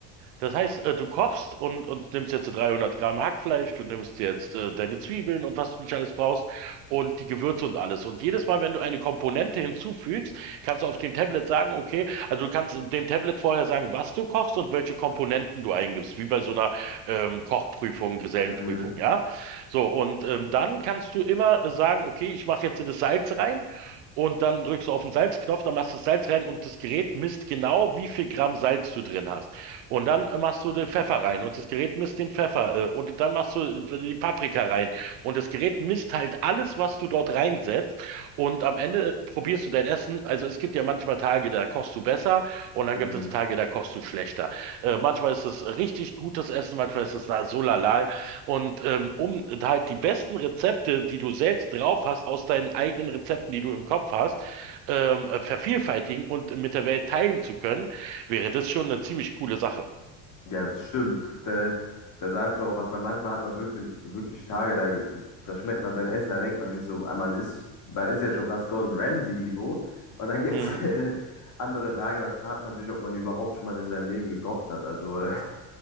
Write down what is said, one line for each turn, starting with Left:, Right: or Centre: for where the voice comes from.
Right: Das heißt, äh, du kochst und, und nimmst jetzt so 300 Gramm Hackfleisch, du nimmst jetzt äh, deine Zwiebeln und was du nicht alles brauchst und die Gewürze und alles. Und jedes Mal, wenn du eine Komponente hinzufügst, kannst du auf dem Tablet sagen, okay, also du kannst dem Tablet vorher sagen, was du kochst und welche Komponenten du eingibst, wie bei so einer ähm, Kochprüfung, Gesellenprüfung,
Left: Mhm.
Right: ja? So, und ähm, dann kannst du immer äh, sagen, okay, ich mache jetzt das Salz rein. Und dann drückst du auf den Salzknopf, dann machst du das Salz rein und das Gerät misst genau, wie viel Gramm Salz du drin hast. Und dann äh, machst du den Pfeffer rein und das Gerät misst den Pfeffer äh, und dann machst du äh, die Paprika rein und das Gerät misst halt alles, was du dort reinsetzt und am Ende probierst du dein Essen. Also es gibt ja manchmal Tage, da kochst du besser und dann
Left: Mhm.
Right: gibt es Tage, da kochst du schlechter. Äh, manchmal ist es richtig gutes Essen, manchmal ist es da so lala und ähm, um halt die besten Rezepte, die du selbst drauf hast, aus deinen eigenen Rezepten, die du im Kopf hast, ähm, äh, vervielfältigen und mit der Welt teilen zu können, wäre das schon eine ziemlich coole Sache.
Left: Ja, das stimmt. Da, da sagst du auch was, weil manchmal hat man wirklich, wirklich Tage, da, da schmeckt man sein Essen, da denkt man sich so, ah, man ist, man ist ja schon fast Gordon Ramsay-Niveau. Und dann gibt
Right: Mhm.
Left: es äh, <laughs> andere Tage, da fragt man sich, ob man überhaupt schon mal in seinem Leben gekocht hat. Also, äh,